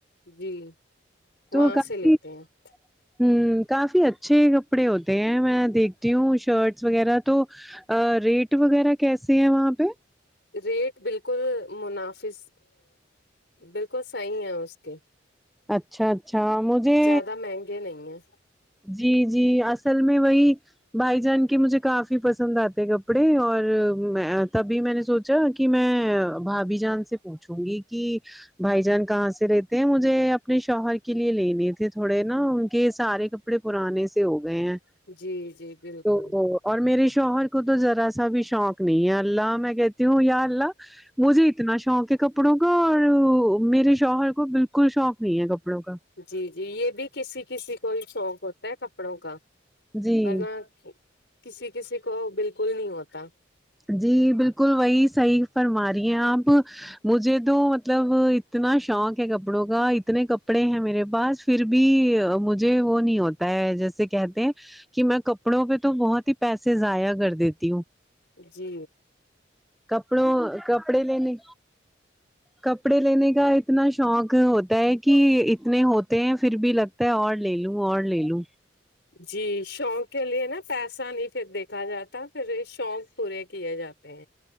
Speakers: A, on the left; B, in the centre.
A: جی وہاں
B: تو <unintelligible>
A: سے لیتے ہیں
B: ہوں کافی اچھے کپڑے ہوتے ہیں میں دیکھتی ہوں شرٹ وغیرہ تو ا ریٹ وغیرہ کیسی ہے وہاں پہ
A: ریٹ بالکل منافس بالکل صحیح ہیں اس کے
B: اچھا اچھا مجھے
A: زیادہ مہنگے نہیں ہیں
B: جی جی اصل میں وہی بھائی جان کے مجھے کافی پسند آتے کپڑے اور تبھی میں نے سو چا کہ میں بھابھی جان سے پوچھوں گی کہ بھائی جان کہاں سے لےتے ہیں مجھے اپنے شوہر کے لیے لینے تھے تھوڑے نا ان کے سارے کپڑے پرانے سے ہو گئے ہیں
A: جی جی بلکل
B: تو اور میرے شوہر کو تو ذرا سا بھی شوق نہیں ہے اللہ میں کہتی ہوں یا اللہ مجھے اتنا شوق ہے کپڑوں کا اور میرے شوہر کو بلکل شوق نہیں ہے کپڑوں کا
A: جی جی یہ بھی کسی کسی کو ہی شوق ہوتا ہے کپڑوں کا
B: جی
A: ورنہ کسی کسی کو بلکل نہیں ہوتا
B: جی بلکل وہی صحیح فرما رہی ہیں آپ مجھے تو مطلب اتنا شوق ہے کپڑوں کا اتنے کپڑے ہیں میرے پاس پھر بھی مجھے وہ نہیں ہوتا جیسے کہتے ہیں کہ میں کپڑوں پہ تو بہت ہی پیسے ضائع کر دیتی ہوں
A: جی
B: کپڑوں کپڑے لینے کپڑے لینے کا اتنا شوق ہوتا ہے کہ اتنے ہوتے ہیں پھر بھی لگتا ہے اور لےلوں اور لےلوں
A: جی شوق کے لیے نا پیسہ نہیں دیکھا جاتا پھر شوق پورے کیے جاتے ہیں